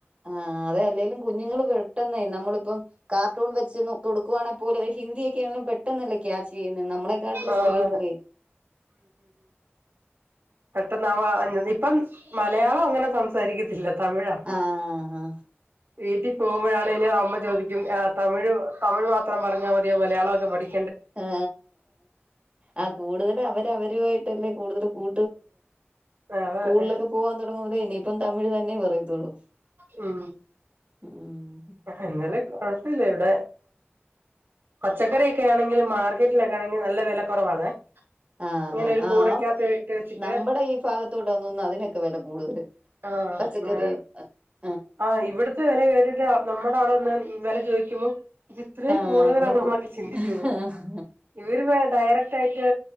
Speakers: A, on the right; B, on the right.
A: ആ അതെ അല്ലേലും കുഞ്ഞുങ്ങള് പെട്ടെനെ നമ്മളിപ്പം കാർട്ടൂൺ വെച്ചന്ന് കൊടുക്കുണെ പോല അവര് ഹിന്ദിയൊക്ക ആണങ്കിലുംപെട്ടെന്നല്ലെ ക്ലാസ് ചെയ്യുന്ന നമ്മളെക്കാട്ടില്
B: ആഹ്
A: സ്പീഡല്ലേ
B: പെട്ടെന്ന അ ഇപ്പം മലയാളം അങ്ങനെ സംസാരിക്ക ഇല്ല തമിഴാ
A: ആഹ്
B: വീട്ടി പോകുമ്പോഴാണെങ്കും അമ്മ ചോദിക്കും ആ തമിഴ് തമിഴ് മാത്രം പറഞ്ഞാൽ മതിയോ മലയാളമൊക്കെ പഠിക്കും
A: ആ ആ കൂടുതല അവരവരുയിട്ടല്ലേ കൂടുതൽ ക്കു
B: അതെ
A: സ്കൂളിലൊക്കെ പോവാൻ തുടങ്ങുമ്പ ഇനിയിപ്പം തമിഴ് തന്നെ പറയത്തുള്ളൂ
B: ഉ
A: ഉം
B: എന്നാലെ കുഴപ്പില്ലാ പച്ചക്കറി യൊക്കെ ആണെങ്കിലും മാർക്കറ്റിലൊക്കെ ആണെങ്കിൽ നല്ല വില കുറവാണ്
A: ആഹഹാ
B: ഇങ്ങനെ ഒരു
A: ആ
B: കൂടക്കകത്ത്
A: ആ
B: ഇട്ട് വെച്ചിട്ട്
A: നമ്മുടെ ഈ ഭാഗത്തോട്ടന്ന അതിനൊക്കെ വില കൂടുതല്
B: ആഹ്
A: പച്ചക്കറിയും എ
B: ആഹ് ഇവിടത്തെ വില കേറിട്ട് നമ്മുടെ ആള ഒന്ന് വില ചോദിക്കുമ്പോ ഇത്രയും
A: ആഹ്
B: കൂടുതലാണോ
A: ഇവിടെ
B: എന്നൊക്കെ ചിന്തിച്ചള്ള
A: ആഹ്
B: ഇവര് ഡയറക്ട് തായിട്ട്